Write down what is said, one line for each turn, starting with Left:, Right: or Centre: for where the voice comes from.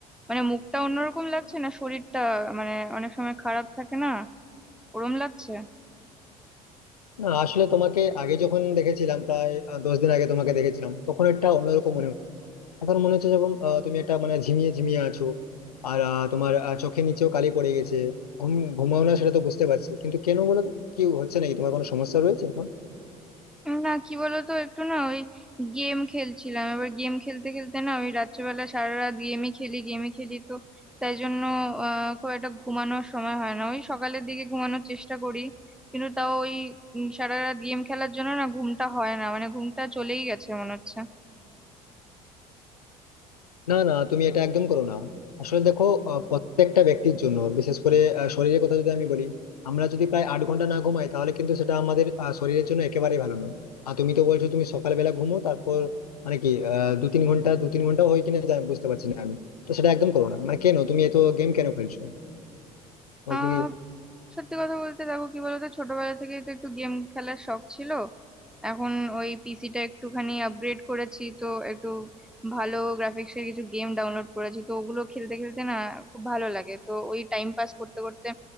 Centre: মানে মুখটা অন্যরকম লাগছে না শরীরটা মানে অনেক সময় খারাপ থাকে না ওরম লাগছে
Left: না আসলে তোমাকে আগে যখন দেখেছিলাম প্রায় আহ, দশ দিন আগে তোমাকে দেখেছিলাম তখন একটা অন্যরকম মনে হচ্ছে। এখন মনে হচ্ছে যখন আহ, তুমি একটা মানে ঝিমিয়ে ঝিমিয়ে আছো আর আহ, তোমার আহ, চোখের নিচেও কালি পড়ে গেছে ঘুম ঘুমাও না সেটা তো বুঝতে পারছি কিন্তু কেন বলো তো কি হচ্ছে নাকি তোমার কোনো সমস্যা রয়েছে এখন
Centre: না কি বলতো একটু না ওই গেম খেলছিলাম এবার গেম খেলতে খেলতে না ওই রাত্রেবেলা সারা রাত গেমই খেলি গেমই খেলি তো তাই জন্য আহ খুব একটা ঘুমানোর সময় হয় না ওই সকালের দিকে ঘুমানোর চেষ্টা করি কিন্তু তাও ওই উম, সারা রাত গেম খেলার জন্য না ঘুমটা হয় না মানে ঘুমটা চলেই গেছে মনে হচ্ছে
Left: না না তুমি এটা একদম করো না আসলে দেখো আহ, প্রত্যেকটা ব্যক্তির জন্য বিশেষ করে আহ, শরীরের কথা যদি আমি বলি আমরা যদি প্রায় আট ঘন্টা না ঘুমাই তাহলে কিন্তু সেটা আমাদের আহ, শরীরের জন্য একেবারেই ভালো নয় আর তুমি তো বলছো তুমি সকালবেলা ঘুমো তারপর মানে কি আহ, দু তিন ঘন্টা দু তিন ঘন্টা হয় কিনা জানি বুঝতে পারছি না আমি তো সেটা একদম করো না মানে কেন তুমি এত গেম কেন খেলছো তোমার
Centre: আহ
Left: কি
Centre: সত্যি কথা বলতে দেখো কি বলতো ছোটবেলা থেকে তো একটু গেম খেলার শখ ছিল এখন ওই পিসিটা একটুখানি আপগ্রেড করেছি তো একটু ভালো গ্রাফিক্সের কিছু গেম ডাউনলোড করেছি তো ওগুলো খেলতে খেলতে না খুব ভালো লাগে তো ওই টাইম পাস করতে করতে